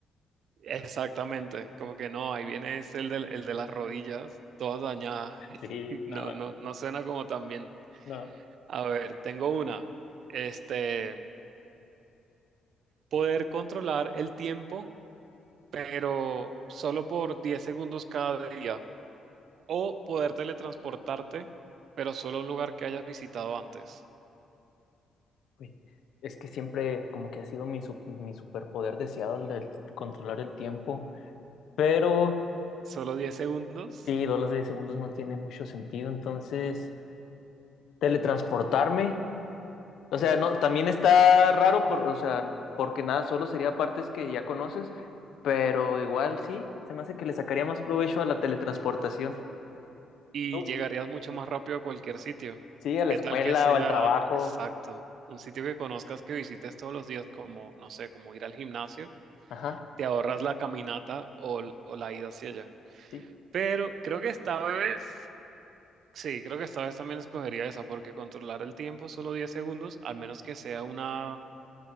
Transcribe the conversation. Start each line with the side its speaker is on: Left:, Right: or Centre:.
Right: Exactamente, como que no, ahí viene es el de, el de las rodillas, todas dañadas. <laughs>
Left: Sí,
Right: No,
Left: no,
Right: no, no suena como tan bien.
Left: no.
Right: A ver, tengo una. Este. poder controlar el tiempo, pero solo por 10 segundos cada día, o poder teletransportarte, pero solo a un lugar que hayas visitado antes,
Left: Uy, Es que siempre como que ha sido mi, su- mi superpoder deseado el de controlar el tiempo, pero...
Right: solo diez segundos
Left: Sí, dos las diez segundos no tiene mucho sentido, entonces teletransportarme, o sea, no, también está raro por, o sea, porque nada, solo sería partes que ya conoces, pero igual sí, se me hace que le sacaría más provecho a la teletransportación.
Right: y
Left: ¿Tú?
Right: llegarías mucho más rápido a cualquier sitio.
Left: Sí, a la
Right: ¿Qué
Left: escuela
Right: tal que sea
Left: o al trabajo.
Right: exacto? Un sitio que conozcas, que visites todos los días, como, no sé, como ir al gimnasio,
Left: Ajá,
Right: te ahorras la caminata o, l- o la ida hacia allá.
Left: sí.
Right: Pero creo que esta vez Sí, creo que esta vez también escogería esa, porque controlar el tiempo solo 10 segundos, al menos que sea una,